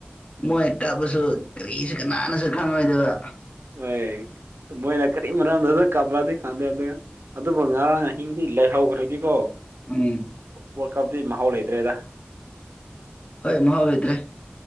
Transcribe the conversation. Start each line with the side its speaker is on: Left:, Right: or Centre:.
Left: ꯃꯣꯏ ꯀꯞꯔꯁꯨ ꯀꯔꯤꯁꯨ ꯀꯅꯥꯅꯁꯨ ꯈꯪꯔꫭꯏꯗꯕ
Right: ꯍꯣꯏ ꯃꯣꯏꯅ ꯀꯔꯤ ꯃꯔꯝꯗ <unintelligible> ꯀꯞꯂꯗꯤ ꯈꯪꯗꯦꯗꯨ ꯑꯗꯨꯕꯨ ꯉꯔꯥꯡ ꯑꯍꯤꯡꯗꯤ ꯂꯩꯍꯧꯈ꯭ꯔꯗꯤꯀꯣ
Left: ꯎꯝ
Right: ꯋꯥꯔꯜ ꯀꯞꯇꯤ ꯃꯍꯥꯎ ꯂꯩꯇ꯭ꯔꯦꯗ
Left: ꯍꯣꯏ ꯃꯍꯥꯎ ꯂꯩꯇ꯭ꯔꯦ